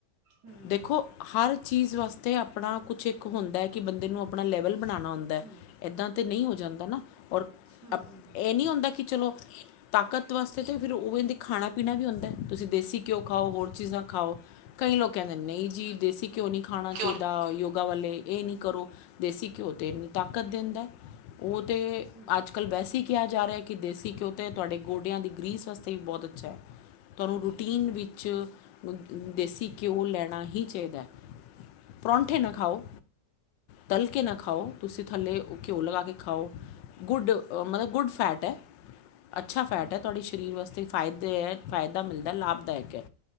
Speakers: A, on the right (about 70°); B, on the left (about 85°).
A: ਹਮ
B: ਦੇਖੋ। ਹਰ ਚੀਜ਼ ਵਾਸਤੇ, ਆਪਣਾ ਕੁਛ ਇੱਕ, ਹੁੰਦਾ ਕਿ, ਬੰਦੇ ਨੂੰ, ਆਪਣਾ ਲੈਵਲ ਬਣਾਉਣਾ ਹੁੰਦਾ।
A: ਹਮ
B: ਇੱਦਾਂ। ਤੇ ਨਹੀਂ ਹੋ ਜਾਂਦਾ ਨਾ ਔਰ
A: ਹੂੰ
B: ਅਪ
A: ਹੂੰ,
B: ਇਹ ਨਹੀਂ ਹੁੰਦਾ ਕਿ ਚਲੋ ਤਾਕਤ ਵਾਸਤੇ ਤਾਂ ਫਿਰ ਉਹ ਕਹਿੰਦੇ ਖਾਣਾ ਪੀਣਾ ਵੀ ਹੁੰਦਾ ਤੁਸੀਂ ਦੇਸੀ ਘਿਉ ਖਾਓ ਹੋਰ ਚੀਜ਼ਾਂ ਨਾ ਖਾਓ ਕਈ ਲੋਕ ਕਹਿੰਦੇ ਨਹੀਂ ਜੀ ਦੇਸੀ। ਘਿਓ ਨਹੀਂ ਖਾਣਾ ਚਾਹੀਦਾ।
A: ਹਮ
B: ਯੋਗਾ ਵਾਲੇ ਇਹ ਨੀ ਕਰੋ। ਦੇਸੀ ਘਿਓ 'ਤੇ ਤਾਕਤ ਦਿੰਦਾ। ਉਹ ਤਾਂ
A: ਹਮ
B: ਅੱਜ ਕੱਲ੍ਹ ਵੈਸੀ ਕਿਹਾ ਜਾ ਰਿਹਾ ਕਿ ਦੇਸੀ ਘਿਉ ਤੇ ਤੁਹਾਡੇ ਗੋਡਿਆਂ ਦੀ ਗ੍ਰੀਸ ਵਾਸਤੇ ਵੀ ਬਹੁਤ ਅੱਛਾ। ਤੁਹਾਨੂੰ ਰੂਟੀਨ ਵਿੱਚ ਦੇਸੀ ਘਿਓ ਲੈਣਾ ਹੀ ਚਾਹੀਦਾ। ਪਰੌਂਠੇ ਨਾਂ ਖਾਓ। ਤਲ ਕੇ ਨਾ ਖਾਓ ਤੁਸੀਂ ਥੱਲੇ ਘਿਓ ਲਗਾ ਕੇ ਖਾਓ ਗੁੱਡ ਮੱਤਲਬ ਗੁੱਡ ਫੈਟ ਐ। ਅੱਛਾ,
A: ਹਮ
B: ਫੈਟ ਹੈ।
A: ਹਮ
B: ਤੁਹਾਡੇ ਸਰੀਰ ਵਾਸਤੇ, ਫਾਇਦੇ ਹੈ। ਫਾਇਦਾ ਮਿਲਦਾ, ਲਾਭਦਾਇਕ ਹੈ।